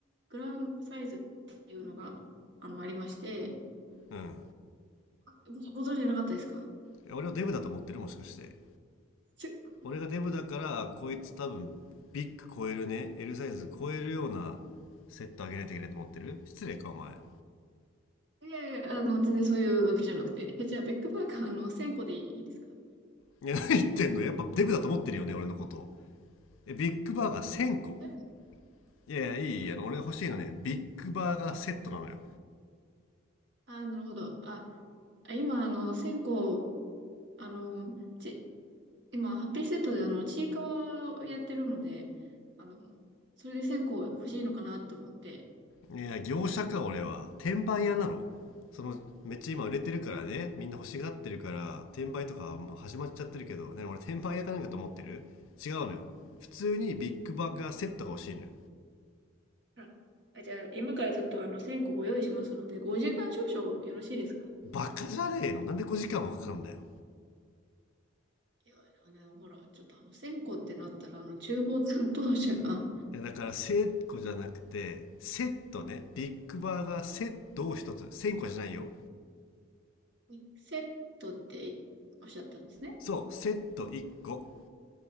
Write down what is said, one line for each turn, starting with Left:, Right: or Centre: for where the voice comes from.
Right: グランサイズっていうのが、あの、ありまして、
Left: うん。い
Right: あご、ご存知なかったですか
Left: や俺をデブだと思ってるもしかして。
Right: ちょ
Left: 俺がデブだから、あこいつ多分、ビッグ超えるね。L サイズ超えるようなセットあげないといけないと思ってる失礼か、お前。
Right: いやいや、あの、全然そういうわけじゃなくて。え、じゃあ、ビッグバーガー、あの、1000個でいいですか
Left: いや、何言ってんのやっぱデブだと思ってるよね、俺のこと。ビッグバーガー1000個。
Right: うん
Left: いやいや、いいいい、
Right: はい。
Left: あの、俺欲しいのね、ビッグバーガーセットなのよ。
Right: あー、なるほど。あ、あ今、あの、線香、あの、ち、今、ハッピーセットで、あの、ちいかわをやってるので、あの、それで線香欲しいのかなって思って。
Left: いや、業者か、俺は。転売屋なの。その、めっちゃ今売れてるからね、みんな欲しがってるから、転売とかもう始まっちゃってるけど、ね、俺転売屋かなんかと思ってる違うのよ。普通にビッグバーガーセットが欲しいのよ。
Right: あ、あじゃあ、今からちょっと、あの、線香ご用意しますので、5時間少々よろしいですか
Left: バカじゃねえのなんで5時間もかかんだよ。
Right: いや、あの、ほら、ちょっと、あの、線香ってなったら、あの、厨房担当者が
Left: いやだから1000個じゃなくて、セットね。ビッグバーガーセットを1つ。1000個じゃないよ。
Right: <laughs>、セットっておっしゃったんですね。
Left: そう、セット1個。